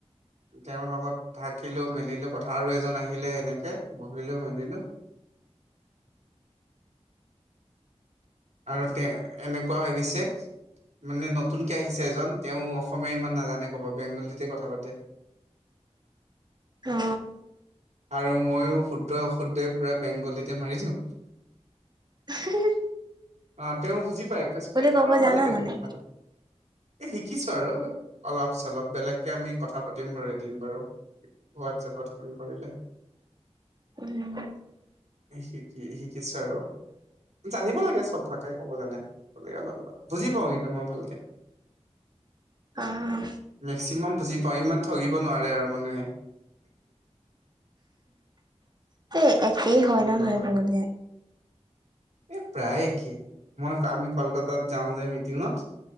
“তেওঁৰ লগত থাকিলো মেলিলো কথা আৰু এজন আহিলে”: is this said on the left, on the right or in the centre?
Right